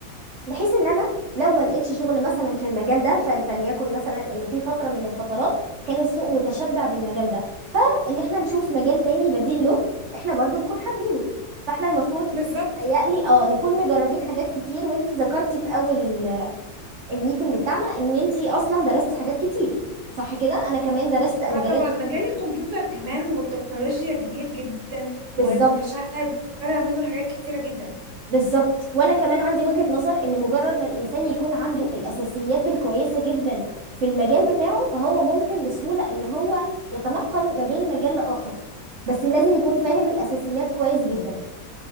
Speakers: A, on the right; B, on the right.
A: بحيث ان انا لو ما لقيتش شغل مثلا في المجال ده فل- فليكن مثلا ان في فتره من الفترات كان السوق متشبع بالمجال ده فان احنا نشوف مجال تاني بديل له احنا برضو نكون حابينه فاحنا المفروض
B: بالظبط
A: بيتهيألي اه نكون مجربين حاجات كتير وانتي ذكرتي في اول ال- الميتنج بتاعنا ان انتي اصلا درستي حاجات كتير صح كده انا كمان درست مجالات
B: اه طبعا
A: كتير
B: مجال الكمبيوتر كمان والتكنولوجيا كبير جدا
A: بالظبط
B: ومتشعب طالع منه حاجات كتيرة جدا
A: بالظبط وانا كمان عندي وجهة نظر ان مجرد ما الانسان يكون عنده الاساسيات الكويسة جدا في المجال بتاعه فهو ممكن بسهولة ان هو يتنقل ما بين مجال لاخر بس لازم يكون فاهم الاساسيات كويس جدا